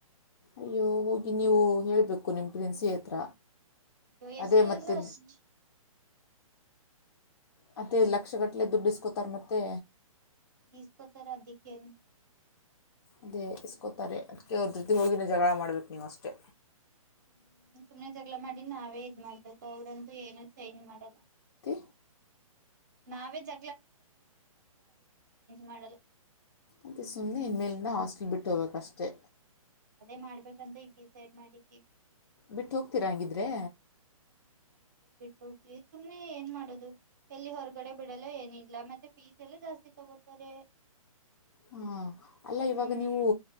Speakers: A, on the left (about 45°); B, on the right (about 30°).
A: ಅಯ್ಯೋ ಹೋಗಿ ನೀವು ಹೇಳೇಳ್ಬೇಕು ನಿಮ್ಮ ಪ್ಸಿನ್ಸಿ ಹತ್ರ
B: ನೀವು ಎಷ್ಟ
A: ಅದೇ
B: ಎಳದ್ರು
A: ಮತ್ತೆ
B: ಅಷ್ಟ
A: ಮತ್ತೇ ಲಕ್ಷ ಗಟ್ಟಲೆ ದುಡ್ಡುಸ್ಕೋತಾರೆ ಮತ್ತೆ
B: ಇಸ್ಕೊತರ ದಕ್ಕೇನು
A: ಅದೇ ಇಸ್ಕೊತಾರೆ ಅದಕ್ಕೆ ಅವ್ರ ಜೊತೆ ಹೋಗಿಿನ ಜಗಳ ಮಾಡ ನೀವು ಅಷ್ಟೇ
B: ಹ್ಮ್ ಸುಮ್ನೆ ಮಾಡಿ ನಾವೇ ಇದ್ ಮಾಡ್ಬೇಕು ಅವ್ರಂತೂ ಏನು ಚೇಂಜ್ ಮಾಡಲ್ಲ
A: ತ್ತೆ
B: ನಾವೇ ಜ ಮಾಡಲ್ಲ
A: ಅದೆ ಸುಮ್ನೆ ಇನ್ನೇಲ್ಂದ ಹಾಸ್ಟಲ್ ಬಿಟ್ಟ ಬಿಟ್ಟೋಗಬೇಕಷ್ಟೆ
B: ಅದೇ ಮಾಡ್ಬೇಕಂತ ಈಗ ಡಿಸೈಡ್ ಮಾಡಿದ್ದೀವಿ
A: ಬಿಟ್ಟು ಹೋಗ್ತೀರಾ ಹಂಗಿದ್ರೆ
B: ಹೋಗತೀವಿ ಸುಮ್ನೆ ಏನ್ ಮಾಡೋದು ಎಲ್ಲಿ ಹೊರಗಡೆ ಬಿಡಲ್ಲ ಏನಿಲ್ಲ ಮತ್ತೆ ಫೀಸ್ ಎಲ್ಲಾ ಜಾಸ್ತಿ ತಗೋತಾರೆ
A: ಹ್ಮ್ ಅಲ್ಲ ಇವಾಗ
B: ಹ್ಮ್
A: ನೀವು